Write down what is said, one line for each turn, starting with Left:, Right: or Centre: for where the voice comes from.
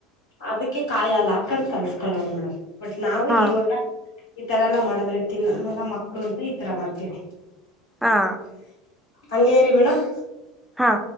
Left: ಅದಕ್ಕೆ ಕಾಯ್ ಹಾಲ್ ಹಾಕಂಡ್ ಕಲ್ಸ್ಕೊಳ್ಳೋರು ಮೇಡಮ್. ಬಟ್ ನಾವು
Centre: ಹಾ
Left: ಇವಾಗ ಈ ತರ ಎಲ್ಲಾ ಮಾಡಿದ್ರೆ ತಿನ್ನಲ್ವಲ್ಲ ಮಕ್ಳು ಅಂತ ಈ ತರ ಮಾಡ್ತೀವಿ.
Centre: ಹಾ
Left: ಹಂಗೆರಿ ಮೇಡಮ್.
Centre: ಹಾ.